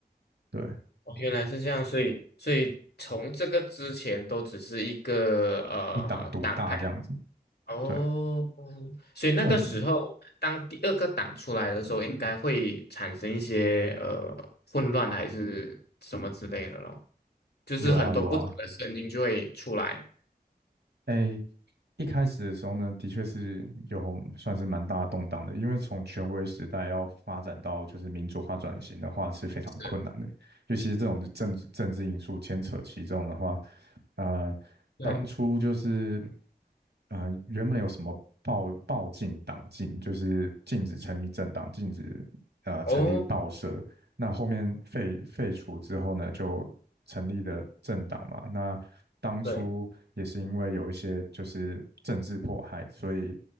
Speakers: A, on the right; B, on the left.
A: 对，
B: 哦，原来是这样，所以所以从这个之前都只是一个呃党派
A: 一党独大这样子，
B: 哦，
A: 对，
B: 嗯所以那个时候当第二个党出来的时候，
A: 就很
B: 应该会产生一些呃混乱还是什么之类的咯。就是很多不同的声音就会出来。
A: 有啊有啊，诶，一开始的时候呢，的确是有算是蛮大的动荡的，因为从权威时代要发展到就是民主化转型的话是非常困难的，
B: 是，
A: 尤其是这种政治政治因素牵扯其中的话，呃，
B: 对，
A: 当初就是呃原本有什么报报禁党禁，就是禁止成立政党，禁止呃成立报社，
B: 哦，
A: 那后面废废除之后呢，就成立了政党嘛。那当初也是因为有一些就是政治迫害，
B: 对，
A: 所以